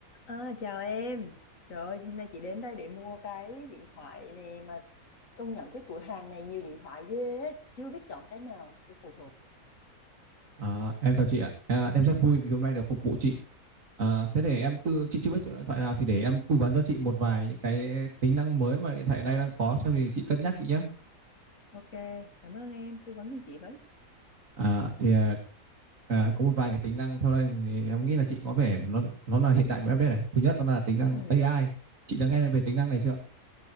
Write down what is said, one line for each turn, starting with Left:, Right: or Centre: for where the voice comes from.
Left: À, chào em. Trời ơi, hôm nay chị đến đây để mua cái điện thoại nè mà công nhận cái cửa hàng này nhiều điện thoại ghê á, chị chưa biết chọn cái nào cho phù hợp.
Right: À, em chào chị ạ. À, em rất vui vì hôm nay được phục vụ chị. À, thế để em
Left: <laughs>
Right: tư
Left: Ừm,
Right: chị chưa biết chọn điện thoại nào thì để em tư vấn cho chị một vài những cái tính năng mới mà điện thoại này đang có xong thì chị cân nhắc chị nhé.
Left: Ok, cảm ơn em tư vấn giùm chị với.
Right: À, thì à, à, có một vài cái tính năng sau đây thì em nghĩ là chị có vẻ nó nó là hiện đại và update này. Thứ nhất đó là tính năng
Left: Ừm,
Right: AI. Chị đã nghe về tính năng này chưa?